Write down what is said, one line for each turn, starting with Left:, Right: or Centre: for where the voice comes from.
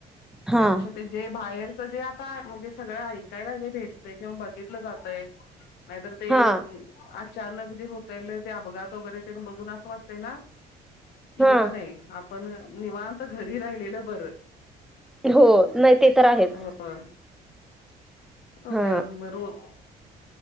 Centre: हा
Left: त्यापेक्षा, ते जे बाहेर म्हजे आता, म्हणजे सगळं ऐकायला जे भेटतंय, किंवा बघितलं जातय नाहीतर ते
Centre: हा
Left: अचानक जे होतय, लय ते, अपघात वगैरे तेन बघून, असं वाटतय ना कि
Centre: हा
Left: बाबा नाई, आपण निवांत घरी, राहिलेलं बरं
Centre: हो, नाई ते तर आहेच
Left: व्हय,
Centre: हा
Left: अगं मी रोज